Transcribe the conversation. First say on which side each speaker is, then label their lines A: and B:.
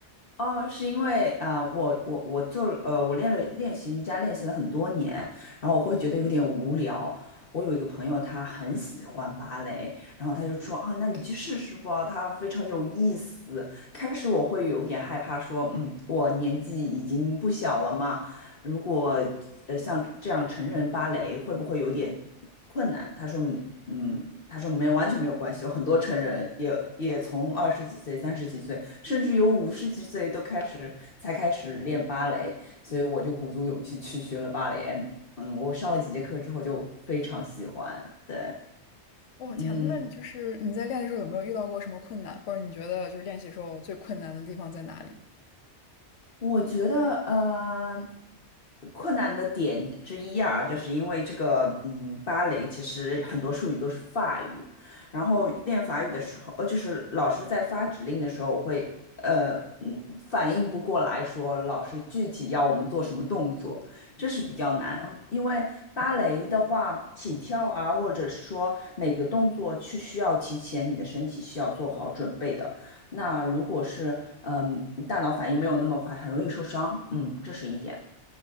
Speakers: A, on the left (about 50°); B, on the left (about 85°).
A: 哦，是因为啊，我我我做了呃，我练了练习瑜伽，练习了很多年，然后我会觉得有点无聊。我有一个朋友，他很喜欢芭蕾，然后他就说啊，那你去试试吧，它非常有意思。开始我会有点害怕，说嗯，我年纪已经不小了嘛，如果呃像这样成人芭蕾会不会有点困难？他说嗯嗯，他说没，完全没有关系，有很多成人也也从二十几岁、三十几岁，甚至有五十几岁都开始才开始练芭蕾，所以我就鼓足勇气去学了芭蕾。嗯，我上了几节课之后就非常喜欢。对，
B: 哇，
A: 嗯，
B: 天呐那你就是你在练的时候有没有遇到过什么困难，或者你觉得就是练习时候最困难的地方在哪里？
A: 我觉得，呃，困难的点之一啊，就是因为这个，嗯，芭蕾其实很多术语都是法语，然后练法语的时候，呃，就是老师在发指令的时候，我会，呃，嗯，反应不过来说老师具体要我们做什么动作，这是比较难，因为芭蕾的话，起跳啊，或者是说每个动作去需要提前你的身体需要做好准备的。那如果是嗯大脑反应没有那么快，很容易受伤，嗯，这是一点。